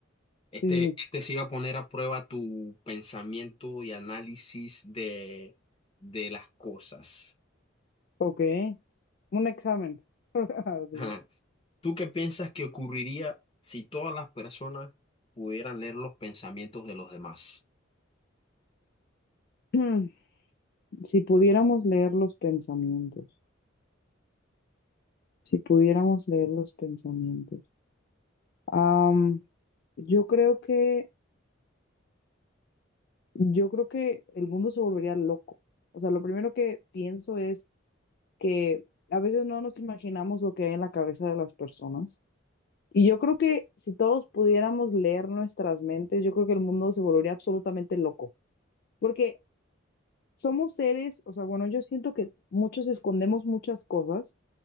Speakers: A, on the left; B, on the left.
A: Este,
B: Sí, sí, sí.
A: este sí va a poner a prueba tu pensamiento y análisis de, de las cosas.
B: Ok. Un examen. <laughs>
A: <laughs>
B: Digo. <clears throat>
A: ¿Tú qué piensas que ocurriría si todas las personas pudieran leer los pensamientos de los demás?
B: Mm, Si pudiéramos leer los pensamientos, si pudiéramos leer los pensamientos. Am, yo creo que, yo creo que el mundo se volvería loco. O sea, lo primero que pienso es que a veces no nos imaginamos lo que hay en la cabeza de las personas. Y yo creo que si todos pudiéramos leer nuestras mentes, yo creo que el mundo se volvería absolutamente loco, porque somos seres, o sea, bueno, yo siento que muchos escondemos muchas cosas